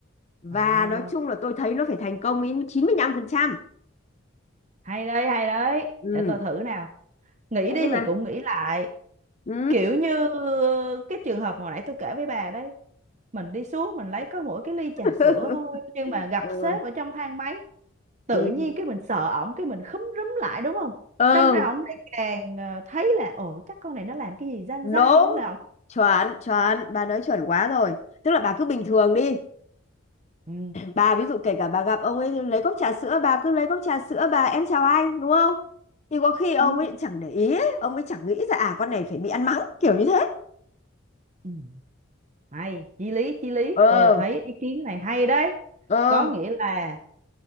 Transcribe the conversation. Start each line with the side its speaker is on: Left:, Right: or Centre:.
Left: và
Right: ờ
Left: nói chung là tôi thấy nó phải thành công đến 95%
Right: hay đấy hay đấy
Left: ừ
Right: để tôi thử nào nghĩ đi
Left: thế mà
Right: thì cũng nghĩ lại
Left: ừ
Right: kiểu như ờ, cái trường hợp mà hồi nãy tôi kể với bà đấy mình đi xuống mình lấy có mỗi cái ly trà
Left: <laughs>
Right: sữa thôi nhưng mà gặp
Left: ừ
Right: sếp ở trong thang máy tự
Left: ừ
Right: nhiên cái mình sợ ổng cái mình khúm rúm lại đúng không
Left: ừ
Right: đâm ra ổng lại càng ờ, thấy là ồ chắc con này nó làm cái gì gian
Left: đúng
Right: gian nữa là ổng
Left: chuẩn chuẩn bà nói chuẩn quá rồi tức là bà cứ bình thường đi
Right: ừ
Left: bà ví dụ kể cả bà gặp ông ấy lấy cốc trà sữa bà cứ lấy cốc trà sữa bà em chào anh đúng không thì có khi ông
Right: Ừ.
Left: ấy chẳng để ý ấy. ông ấy chẳng nghĩ ra à con này phải bị ăn mắng kiểu như thế
Right: Ừ. Hay, chí lý, chí lý.
Left: ờ
Right: Tôi thấy ý kiến này hay đấy.
Left: ờ
Right: Có nghĩa là